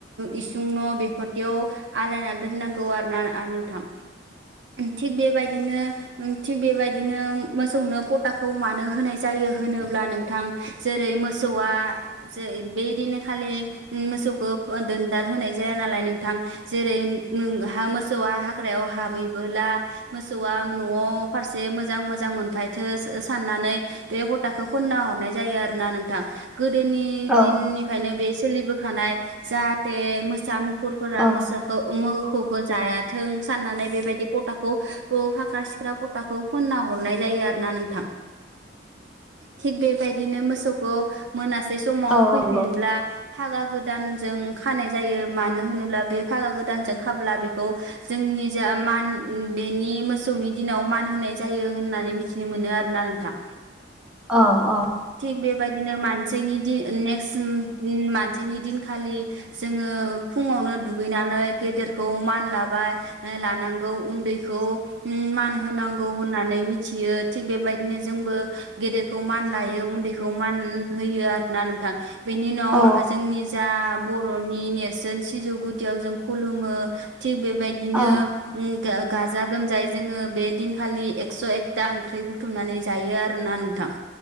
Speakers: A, on the right; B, in the centre.
A: इसुं न' बेफोरदियाव आलायनानै दोननांगौ आरोना नोंथां। थिग बेबायदिनो थिग बेबाय दिनो मोसौनो पताखौ मानो होनाय जायो होनोब्ला नोंथां, जेरै मोसौआ जे बैदिन खालि मोसौखौ दोनदाल होनाय जाया नालाय नोंथां, जेरै नोंहा मोसौआ हाग्रायाव हाबै बोला मोसौआ न'आव फारसे मोजां मोजां मोनफायथो साननानै बे पताखो फोनना हरनाय जायो आरोना नोंथां। गोदोनि
B: औ
A: दिननिफ्रायनो बे सोलिबोखानाय। जाहाथे मोसा मु फुरफोरा
B: औ
A: मोसाखो मोखौखो जायाथों साननानै बेबायदि पताखौ ओ फाख्रा सिख्रा पताखौ फोनना हरनाय जायो आरोना नोंथां। थिग बेबायदिनो मोसौखौ मोनासै समाव
B: औ
A: फैफिनब्ला
B: नंगौ
A: फागा गोदानजों खानाय जायो मानो होनोब्ला बे फागा गोदानजों खाब्ला बेखौ जों नि जा मान उम बेनि मोसौनि दिनाव मान होनाय जायो होननानै मिथिनो मोनो आरोना नोंथां।
B: औ औ।
A: थिग बेबायदिनो मानसिनि नेक्स्ट दिन मानसिनि दिनखालि जोङो फुङावनो दुगैनानै गेदेरखौ मान लाबा बाय ओ लानांगौ, उन्दैखौ उम मान होनांगौ होननानै मिथियो थिग बेबायदिनो जोंबो गेदेरखौ मान लायो, उन्दैखौ मान होयो आरो ना नोंथां। बेनि उनाव
B: औ
A: जोंनि जा बर'नि नेरसोन सिजौ गुदियाव जों खुलुमो। थिग बेबायदिनो
B: औ
A: उम गा-गाजा गोमजायै जोङो बे दिनखालि एक्स' एकथा ओंख्रि बुथुमनानै जायो आरोना नोंथां।